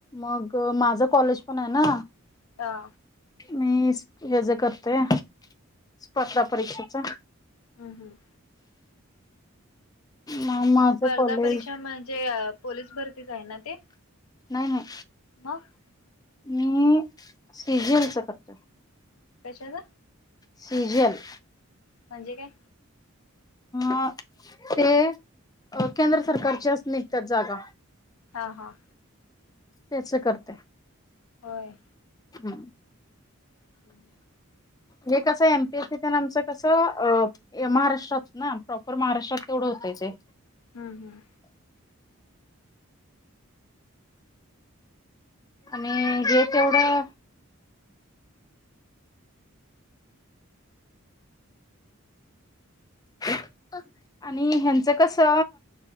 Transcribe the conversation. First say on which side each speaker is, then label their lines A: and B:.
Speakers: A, on the left; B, on the left.
A: मग माझं कॉलेज पण आहे ना
B: हा
A: मीच हेज करतोय स्पर्धा परीक्षेच
B: हम्म- हम्म
A: मग माझं
B: स्पर्धा
A: कॉलेज
B: परीक्षा म्हणजे पोलीस भरतीच आहे ना ते
A: नाही- नाही
B: मग
A: मी सीजीएलच करतोय
B: कशाचा?
A: सिजिएल
B: म्हणजे काय?
A: अ ते केंद्र सरकारचेच निघतात जागा <inaudible>
B: हा- हा
A: त्याच करतोय
B: होय
A: हम्म
B: हम्म <inaudible>
A: हे कस एमपीएसी आमच कस महाराष्ट्रात ना प्रॉपर महाराष्ट्रात तेढ होतय ते
B: हम्म हम्म
A: आणि <inaudible> हे ते तेवढं <inaudible> आणि ह्येंचं कसं